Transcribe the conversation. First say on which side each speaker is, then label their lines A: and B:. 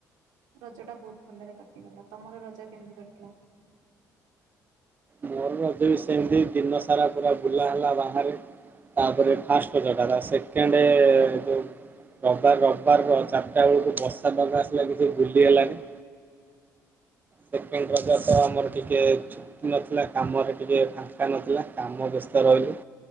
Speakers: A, on the right; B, on the right.
A: ରଜ ଟା ବହୁତ ଭଲରେ କାଟିଗଲା। ତମର ରଜ କେମିତି କାଟିଲା?
B: ମୋର ରଜ ବି ସେମିତି ଦିନ ସାରା ପୁରା ବୁଲା ହେଲା ବାହାରେ ତାପରେ ଫାଷ୍ଟ ରଜଟା ସେକେଣ୍ଡ ଯୋଉ ରାର ରବିବାର ଅ ଚାରିଟା ବେଳକୁ ବର୍ଷା ବଗା ଆସିଲା କିଛି ବୁଲିହେଲାନି। ସେକେଣ୍ଡ ରଜ ତ ଆମର ଟିକେ ଛୁଟି ନଥିଲା। କାମରେ ଟିକେ ଫାଙ୍କା ନଥିଲା କାମ ବ୍ୟସ୍ତ ରହିଲୁ